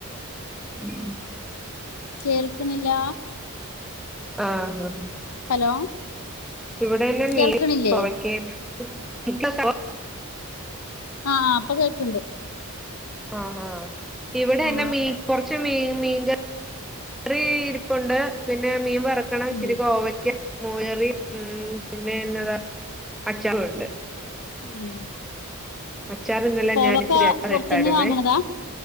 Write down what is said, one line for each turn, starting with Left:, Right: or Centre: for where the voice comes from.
Centre: ഉം <inaudible>
Left: കേൾക്കണില്ല
Centre: ആഹ ആഹ
Left: ഹലോ
Centre: ഇവിടെ ഇന്ന്
Left: കേൾക്കണില്ലേ
Centre: മീ പവയ്ക്കയും ഇ <unintelligible>
Left: ആഹ അപ്പൊ കേക്കണ്ട്
Centre: ആഹ് ആഹ ഇവിടെ
Left: ആ
Centre: ഇന്ന് മീ കുറച്ച് മീ മീൻ കറി ഇരിപ്പുണ്ട് പിന്നെ മീൻ വറുത്ത വറക്കണംച്ചിരി
Left: ഉം
Centre: കോവയ്ക്കാം മോര് കറി ഉം പിന്നെന്നതാ അചാറുണ്ട്
Left: ഉം
Centre: അച്ചാർ ന്നലെ
Left: കോവക്ക
Centre: ഞാൻ ഇച്ചിരി അച്ചാർ
Left: പുറത്തുന്ന്
Centre: ഇട്ടായിരുന്നേ
Left: വാങ്ങണതാ